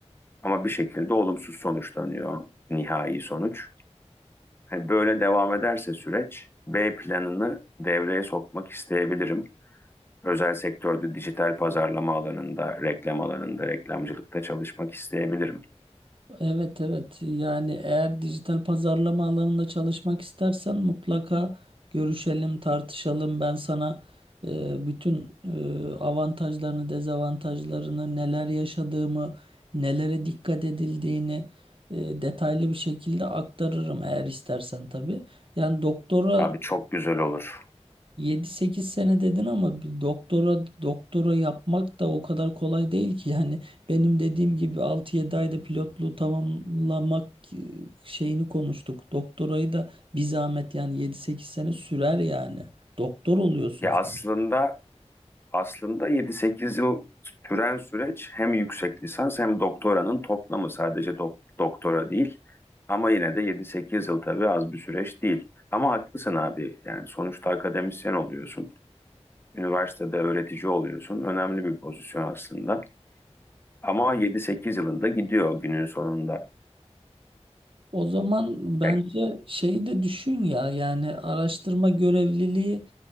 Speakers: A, on the left (about 20°); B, on the right (about 50°).
A: Ama bir şekilde olumsuz sonuçlanıyor nihai sonuç. Hani böyle devam ederse süreç B planını devreye sokmak isteyebilirim. Özel sektörde dijital pazarlama alanında, reklam alanında, reklamcılıkta çalışmak isteyebilirim.
B: Evet evet yani eğer dijital pazarlama alanında çalışmak istersen mutlaka görüşelim tartışalım ben sana e, bütün e, avantajlarını dezavantajlarını neler yaşadığımı nelere dikkat edildiğini e, detaylı bir şekilde aktarırım eğer istersen tabii. Yani doktora
A: Abi çok güzel olur.
B: Yedi sekiz sene dedin ama bir doktora doktora yapmak da o kadar kolay değil ki. Yani benim dediğim gibi altı yedi ayda pilotluğu tamamlamak e, şeyini konuştuk. Doktorayı da bir zahmet yani yedi sekiz sene sürer yani. Doktor oluyorsunuz.
A: Ya aslında Aslında yedi sekiz yıl süren süreç hem yüksek lisans hem doktoranın toplamı sadece dok- doktora değil. Ama yine de yedi sekiz yıl tabii az bir süreç değil. Ama haklısın abi. Yani sonuçta akademisyen oluyorsun. Üniversitede öğretici oluyorsun. Önemli bir pozisyon aslında. Ama yedi sekiz yılında gidiyor günün sonunda.
B: O zaman bence
A: Ya
B: şeyi de düşün ya yani araştırma görevliliği